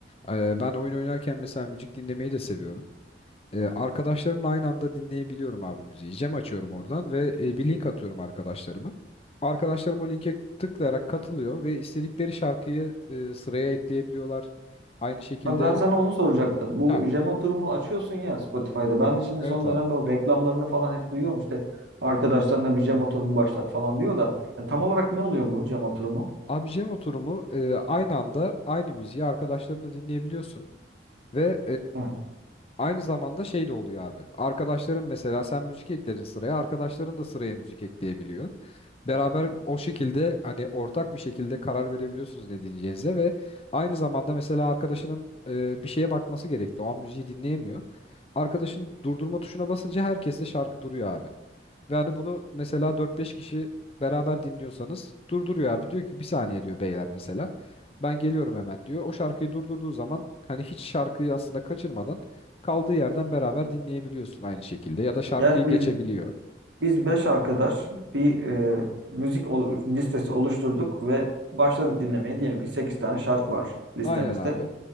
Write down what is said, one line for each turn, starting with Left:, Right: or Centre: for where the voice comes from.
Left: E, ben oyun oynarken mesela müzik dinlemeyi de seviyorum. E, arkadaşlarımla aynı anda dinleyebiliyorum abi müziği. Cem açıyorum oradan ve e, bir link atıyorum arkadaşlarıma. Arkadaşlarım o linke tıklayarak katılıyor ve istedikleri şarkıyı e, sıraya ekleyebiliyorlar. Aynı şekilde
Right: Ha, ben sana onu soracaktım. Bu
Left: ha
Right: jam oturumu açıyorsun ya Spotify'da. Ben de şimdi
Left: evet
Right: son
Left: abi.
Right: dönemde o reklamlarını falan hep duyuyorum. İşte arkadaşlarına bir jam oturumu başlat falan diyor da. Yani tam olarak ne oluyor bu jam oturumu?
Left: Abi Cem oturumu e, aynı anda aynı müziği arkadaşlarınla dinleyebiliyorsun. Ve
Right: Hı.
Left: Aynı zamanda şey de oluyor abi. Arkadaşların mesela sen müzik ekledin sıraya, arkadaşların da sıraya müzik ekleyebiliyor. Beraber o şekilde hani ortak bir şekilde karar verebiliyorsunuz ne diyeceğinize ve aynı zamanda mesela arkadaşının e, bir şeye bakması gerekti. O an müziği dinleyemiyor. Arkadaşın durdurma tuşuna basınca herkes de şarkı duruyor abi. Ve hani bunu mesela dört beş kişi beraber dinliyorsanız durduruyor abi. Diyor ki bir saniye diyor beyler mesela. Ben geliyorum hemen diyor. O şarkıyı durdurduğu zaman hani hiç şarkıyı aslında kaçırmadan kaldığı yerden beraber dinleyebiliyorsun aynı şekilde. Ya da şarkıyı
Right: Yani
Left: geçebiliyor.
Right: biz Biz beş arkadaş bir e, müzik ol- listesi oluşturduk ve başladık dinlemeye. Diyelim ki 8 tane şarkı var listemizde.
Left: Aynen abi.